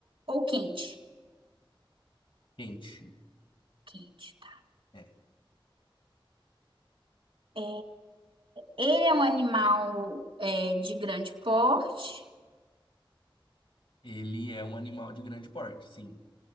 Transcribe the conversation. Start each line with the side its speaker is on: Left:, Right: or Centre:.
Right: ou quente?
Left: Quente.
Right: Quente. tá.
Left: É.
Right: É, Ele é um animal é, de grande porte,
Left: Ele é um animal de grande porte, sim.